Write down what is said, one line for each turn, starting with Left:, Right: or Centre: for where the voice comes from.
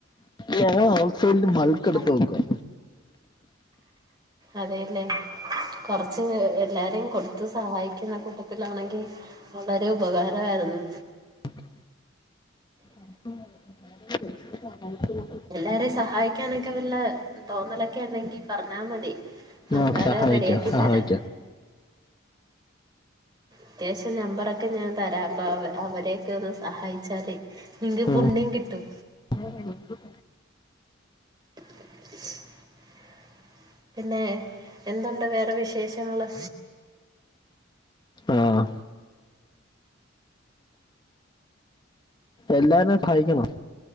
Left: ഞങ്ങള് ഔട്ട് സൈഡില് ബൾക്കെടുത്ത്
Right: നിങ്ങള
Left: വെയ്ക്കുവാ
Right: അതെയല്ലേ കൊറച്ച് എല്ലാരേയും കൊടുത്ത് സഹായിക്കുന്ന കൂട്ട ത്തിലാണെങ്കി വളരെ ഉപകാരായിരുന്നു.
Left: <inaudible>
Right: പിള്ളേരെ സഹായിക്കാനൊക്കെ വല്ല തോന്നലൊക്കെ ഉണ്ടെങ്കി പറഞ്ഞാ മതി
Left: ആ
Right: ആൾക്കാരെ
Left: സഹായിക്കാം
Right: റെഡിയാക്കി
Left: സഹായിക്കാം
Right: തരാം. അത്യാവശ്യം നമ്പറൊക്കെ ഞാൻ തരാം അപ്പൊ അവ അവരെയൊക്കെ ഒന്ന് സഹായിച്ചാല് നിങ്ങക്ക്
Left: ഉം.
Right: പുണ്യം കിട്ടും.
Left: <unintelligible>
Right: <inaudible> പിന്നെ എന്തുണ്ട് വേറെ വിശേഷങ്ങള്.
Left: ആഹ് എല്ലാരേം സഹായിക്കണം.